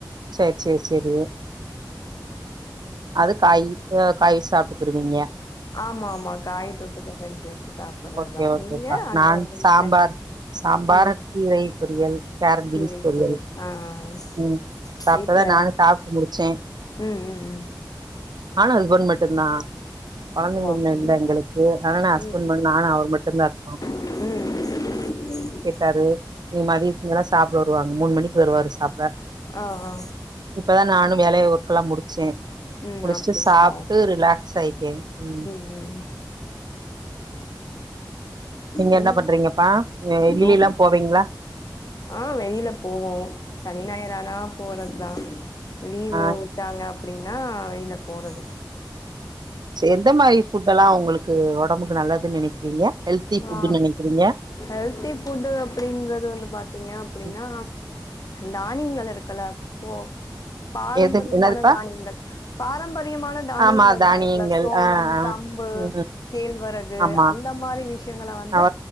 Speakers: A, on the right (about 65°); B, on the left (about 50°).
A: சேரி சேரி சேரி அது காயி ஆ காய் சாப்புக்குருவீங்க
B: ஆமாமா காய் தொட்டுக்க செஞ்சு வச்சு சாப்படுறதுதா
A: ஓகே ஓகேப்பா
B: நீங்க அங்க
A: நான்
B: உங்க
A: சாம்பார்
B: வீட்டுல என்ன
A: சாம்பார்
B: ம்
A: கீரை பொரியல் கேரட் பீன்ஸ்
B: கீரை
A: பொரியல்
B: ஆ ஆ, ஆ.
A: ம் சா
B: வீட்ல
A: இப்பதா நானு சாப்ட்டு முடிச்சே
B: ம் ம் ம்
A: நானு அஸ்பன்ட் மட்டுந்தா கொழந்தைங்க
B: ஓ அப்டி
A: இன்னு இல்ல எங்களுக்கு ஆனா நா ஹஸ்பண்ட்
B: ம்
A: ம நானு அவர் மட்டுந்தா இருக்கோ
B: ம்
A: காரு இன்னிக்கு மதியத்துக்கு மேல சாப்ட வருவாங்க மூணு மணிக்கு வருவாரு சாப்ட
B: ஆ ஆ
A: இப்பதா நானு வேலய ஒர்க்கெல்லா முடிச்சே
B: ம்
A: முடிச்சிட்டு
B: அப்டிங்களா
A: சாப்ட்டு ரிலாக்ஸ் ஆயிட்டே ம்
B: ம்
A: நீங்க
B: நீங்
A: என்ன பண்றீங்கப்பா ம் வெளிளெல்லா
B: ஓ
A: போவீங்களா
B: ஆ வெளியில போவோ சனி ஞாயறானா போறதுதா லீவு
A: ஆ
B: வுட்டாங்க அப்டினா வெளில போறது
A: சேர் எந்த மாரி ஃபுட்டல்லா உங்களுக்கு ஒடம்புக்கு நல்லதுன் நெனைக்கிறீங்க ஹெல்தி ஃபுட்டுன்னு
B: ஆ
A: நெனைக்கிறீங்க
B: ஹெல்த்தி ஃபுட்டு அப்டிங்கறது வந்து பாத்தீங்க அப்டினா
A: ம்
B: தானியங்கள் இருக்குல இப்போ பாரம்பரியமான
A: எது என்னதுப்பா
B: தானியங்கள் பாரம்பரியமான தானியங்கள்லா
A: ஆமா தானியங்கள்
B: இருக்குல சோளம்
A: ஆ ஆ
B: கம்பு
A: ம்
B: கேழ்வரகு
A: ஆமா
B: அந்த மாரி விஷயங்கள வந்து
A: அவ